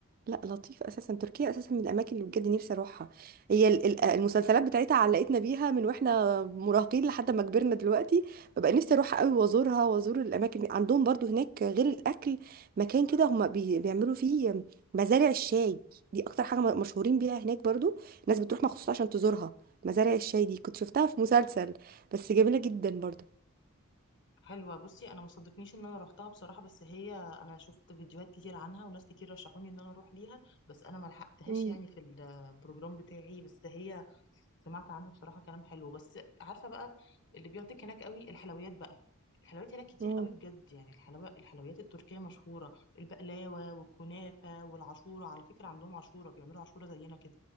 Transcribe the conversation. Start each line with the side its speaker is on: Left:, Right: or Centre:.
Right: لا لطيف اساسا تركيا اساسا من الاماكن اللي بجد نفسي اروحها هي ال- ال- المسلسلات بتاعتها علقتنا بيها من واحنا مراهقين لحد ما كبرنا دلوقتي ببقى نفسي اروحها قوي وازورها وازور الاماكن دي. عندهم برضو هناك غير الاكل مكان كده هم بي بيعملوا فيه مزارع الشاي دي اكتر حاجه م- مشهورين بيها هناك برضو الناس بتروح مخصوص عشان تزورها مزارع الشاي دي كنت شفتها في مسلسل بس جميله جدا برضو
Left: حلوة بصي انا ما صادفنيش ان انا روحتها بصراحة بس هي انا شفت فيديوهات كتير عنها وناس كتير رشحوني ان انا اروح ليها بس انا ما لحقتهاش
Right: مم.
Left: يعني في البروجرام بتاعي بس هي سمعت عنها بصراحة كلام حلو بس عارفة بقى اللي بياخدك هناك قوي الحلويات بقى الحلويات هناك كتير
Right: مم.
Left: قوي بجد يعني الحلوى الحلويات التركية مشهورة البقلاوة والكنافة والعشورة على فكرة عندهم عشورة بيعملوا عشورة زينا كده